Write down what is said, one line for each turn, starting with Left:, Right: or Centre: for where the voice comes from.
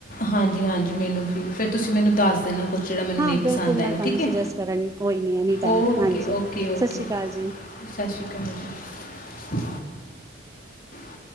Left: ਹਾਂਜੀ ਹਾਂਜੀ ਮੈਨੂੰ ਫਿਰ ਤੁਸੀਂ ਮੈਨੂੰ ਦੱਸ ਦਿ <inaudible> <inaudible> ਜਿਹੜਾ ਮੈਨੂੰ
Right: ਹਾਂ
Left: ਨਹੀਂ
Right: ਬਿਲਕੁਲ
Left: ਪਸੰਦ
Right: ਮੈਂ
Left: ਆਏਗਾ
Right: ਤੁਹਾਨੂੰ
Left: ਠੀਕ
Right: ਸੁਜੈਸਟ
Left: ਹੈ
Right: ਕਰਾਂਗੀ ਕੋਈ ਨੀ ਐਨੀ ਟਾਈਮ
Left: ਓਕੇ
Right: ਹਾਂਜੀ
Left: ਓਕੇ ਓਕੇ
Right: ਸਤਿ ਸ਼੍ਰੀ ਅਕਾਲ ਜੀ
Left: ਸਤਿ ਸ਼੍ਰੀ ਅਕਾਲ ਜੀ <unintelligible>